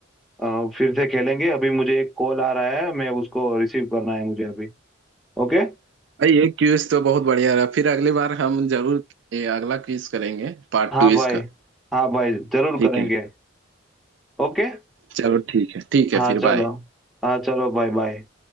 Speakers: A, in the centre; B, on the right.
A: अ, फिर से खेलेंगे अभी मुझे एक कॉल आ रहा है मैं उसको रिसीव करना है मुझे अभी ओके
B: भाई ये क्विज तो बहुत बढ़िया रहा फिर अगली बार हम जरूर ये अगला क्विज करेंगे पार्ट
A: हाँ
B: टू
A: भाई
B: इसका
A: हाँ भाई जरूर
B: ठीक
A: करेंगे
B: है
A: ओके
B: चलो ठीक है ठीक
A: हाँ
B: है फिर
A: चलो
B: बाय
A: हाँ चलो बाय बाय